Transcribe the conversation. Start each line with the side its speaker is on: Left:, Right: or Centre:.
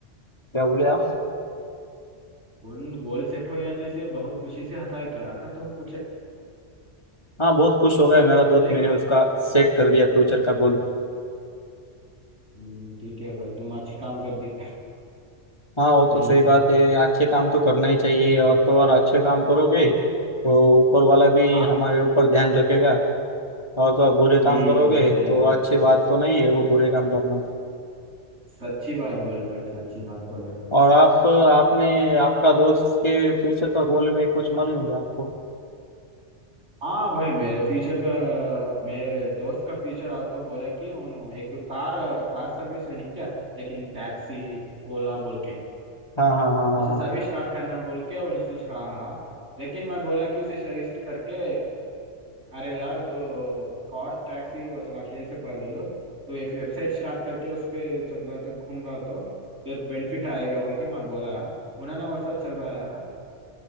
Left: क्या बोले आप
Right: उन गोल सेट हो यानी से बहुत खुशी से हटाए क्या था तो कुछ
Left: हाँ बहुत खुश हो गया मेरा दोस्त
Right: लेक
Left: मैंने उसका सेट कर दिया फ्यूचर का गोल
Right: हम्म, ठीक है भाई तुम अच्छी काम कर दे
Left: हाँ वो
Right: फाइनल
Left: तो सही बात है अच्छे काम तो करना ही चाहिए और तो और अच्छे काम करोगे तो ऊपर वाला भी
Right: आप
Left: हमारे ऊपर ध्यान रखेगा और तो आप बुरे
Right: ठीक
Left: काम करोगे
Right: है भाई सही
Left: तो
Right: बात
Left: अच्छी बात तो नहीं है वो बुरे काम करना
Right: सच्ची बात बोले भाई सच्ची बात बोले
Left: और आप आपने आपका दोस्त के फ्यूचर का गोल में कुछ मालूम होगा आपको
Right: हाँ भाई मेरे फ्यूचर का मेरे दोस्त का फ्यूचर आपको बोला कि उन्हों एक कार कार सर्विस है नहीं क्या लेकिन टैक्सी ओला बोल के
Left: हाँ हाँ हाँ हाँ
Right: उसे
Left: हाँ।
Right: सर्विस स्टार्ट करना बोल के उन्हें सोच रहा लेकिन मैं बोला कि उसे सजेस्ट करके अरे यार तो कार टैक्सी वसल अकेले से पैदल तो एक वेबसाइट स्टार्ट करके उस पर चल रहा तो घूम रहा तो तेरे को बेनिफिट आएगा बोल के मैं बोला उन्होंने वैसा चल रहा है